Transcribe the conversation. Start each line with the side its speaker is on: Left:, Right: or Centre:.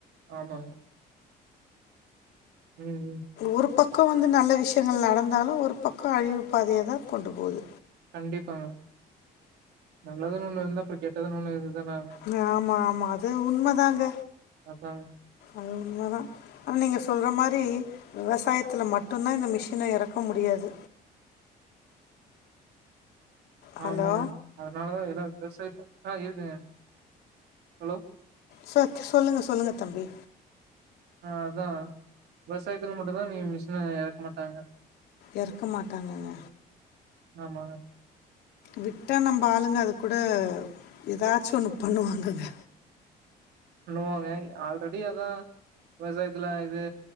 Right: ஆமாங்க ம் ம்
Left: ஒரு பக்கம் வந்து நல்ல விஷ்யங்கள் நடந்தாலும் ஒரு பக்கம் அழிவு பாதய தான் கொண்டு போது
Right: கண்டிப்பாங்க நல்லதுன் ஒண்ணு இருந்தா அப்ற கெட்டதுன் ஒண்ணு இருந்தன ஆகனு
Left: ம் ஆமா ஆமா அது உண்மதாங்க
Right: அதாங்க
Left: அது உண்மதா ஆனா நீங்க சொல்ற மாரி விவசாயத்ல மட்டுந்தான் இந்த மிஷின எறக்க முடியாது ஹலோ
Right: ஆமாங்க அதனால தான் எல்லாம் விவசாயத்த ஆ இருக்கங்க ஹலோ
Left: சத் சொல்லுங்க சொல்லுங்க தம்பி
Right: ஆ அதான் விவசாயத்ல மட்டும் தான் இவிய்ங்க மிஷின எறக்க மாட்டாங்க
Left: எறக்க மாட்டாங்கங்க
Right: ஆமாங்க
Left: விட்டா நம்ப ஆளுங்க அது கூட ஏதாச்சு ஒன்னு பண்ணுவாங்கங்க
Right: பண்ணுவாங்க இல்ல ஆல்ரெடி அதான் வெவசாயத்துல இது